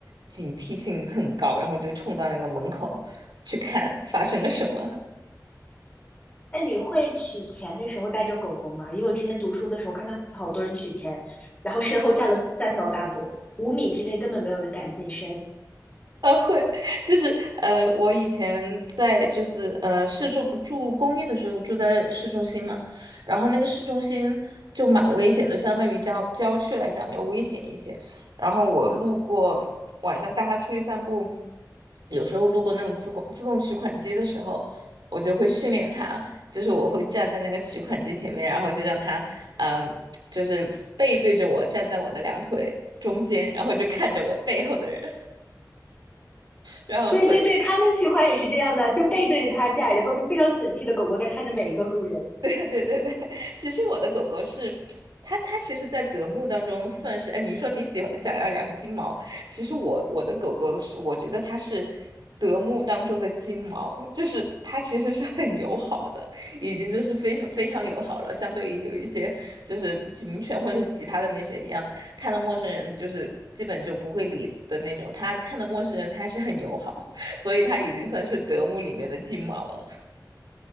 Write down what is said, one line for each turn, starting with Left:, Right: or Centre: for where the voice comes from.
Right: 警惕性很高，然后就冲到那个门口去看发生了什么。
Left: 那你会取钱的时候带着狗狗吗？因为我之前读书的时候看到好多人取钱，然后身后站了三条大狗，五米之内根本没有人敢近身。
Right: 呃，会，就是呃，我以前在就是呃市中住公寓的时候住在市中心嘛，然后那个市中心就蛮危险的，相当于郊郊区来讲要危险一些。然后我路过晚上带他出去散步，有时候路过那种自动自动取款机的时候，我就会训练他，就是我会站在那个取款机前面，然后就让他嗯、呃，就是背对着我站在我的两腿中间，然后就看着我背后的人。然后所以
Left: 对对对，他们取款也是这样的，就背对着他站，然后就非常警惕的狗狗在看着每一个路人。
Right: <laughs> 对对对对，其实我的狗狗是它，它其实，在德牧当中算是，哎，你说你喜欢想要养金毛，其实我我的狗狗是，我觉得它是德牧当中的金毛，就是它其实是很友好的，已经就是非常非常友好了，相对于有一些就是警犬或者是其他的那些一样，看到陌生人就是基本就不会理的那种，它看到陌生人它还是很友好，所以它已经算是德牧里面的金毛了。